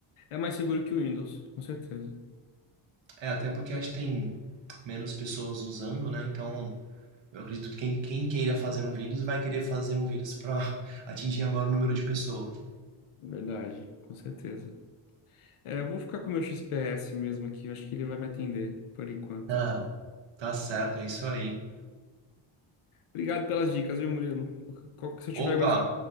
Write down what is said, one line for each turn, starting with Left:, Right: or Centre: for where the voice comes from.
Left: É mais seguro que o Windows, com certeza.
Right: É, até porque acho que tem menos pessoas usando, né? Então eu acredito que quem, quem queira fazer um vírus vai querer fazer um vírus para <laughs> atingir o maior número de pessoas.
Left: Verdade, com certeza. É, eu vou ficar com o meu XPS mesmo aqui, eu acho que ele vai me atender por enquanto.
Right: Ah, tá certo, é isso aí.
Left: Obrigado pelas dicas, viu, Murilo? Qual- Se eu tiver
Right: Opa,
Left: mais um,